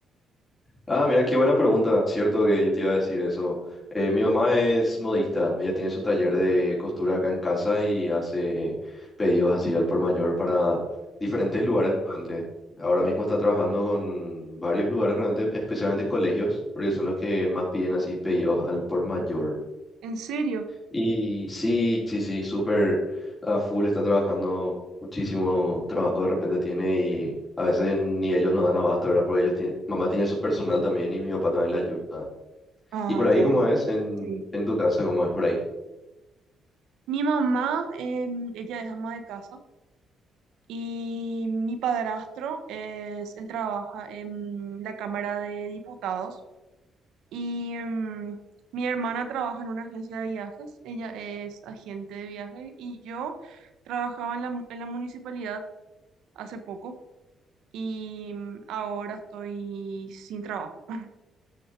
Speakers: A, on the left (about 25°); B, on the right (about 85°).
A: Ah, mira, qué buena pregunta. Cierto que yo te iba a decir eso. Eh, mi mamá es modista. Ella tiene su taller de costura acá en casa y hace pedidos así al por mayor para diferentes lugares realmente. Ahora mismo está trabajando con varios lugares realmente, especialmente colegios, porque son los que más piden así pedidos al por mayor.
B: ¿En serio?
A: Y sí, sí, sí, súper a full está trabajando, muchísimo trabajo de repente tiene y a veces ni ellos no dan abasto, ¿verdad? Porque ellos tienen, mamá tiene su personal también y mi papá también la ayuda.
B: Ah,
A: ¿Y por ahí
B: ya,
A: cómo
B: ya.
A: es en,
B: Sí.
A: en tu casa, cómo es por ahí?
B: Mi mamá, em, ella es ama de casa y mi padrastro es, él trabaja en la Cámara de Diputados y em, mi hermana trabaja en una agencia de viajes, ella es agente de viajes y yo trabajaba en la, mu- en la municipalidad hace poco y em, ahora estoy sin trabajo. <laughs>